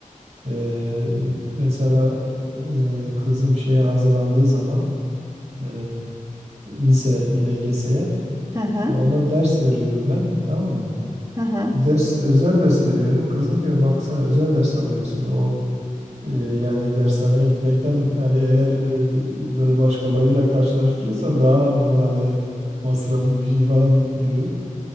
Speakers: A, on the right (about 50°); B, on the right (about 20°).
A: Ee, mesela e, kızım şeye hazırlandığı zaman e, lise LGS'ye
B: Hı hı.
A: ona ders veriyorum ben tamam mı?
B: Hı hı.
A: Ders özel ders veriyorum. Kızım diyorum bak sen özel ders alıyorsun. O e, yani dershaneye gitmekten yani eğer e, böyle başkalarıyla karşılaştırıyorsan daha normalde masraflı bir şey falan diyorum.